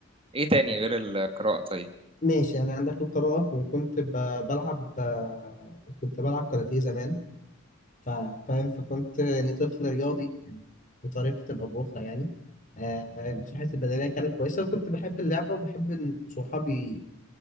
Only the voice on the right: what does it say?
إيه تاني غير القراءة طيب؟